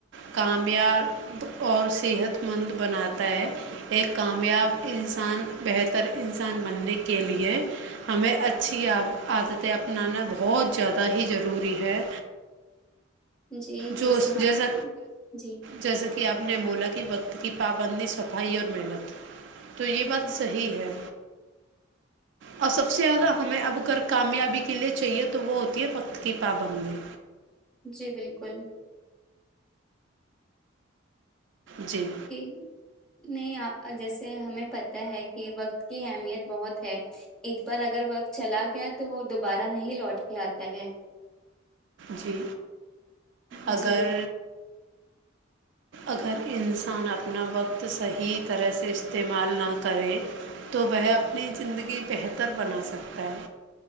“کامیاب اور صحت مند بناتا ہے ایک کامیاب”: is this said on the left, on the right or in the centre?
Right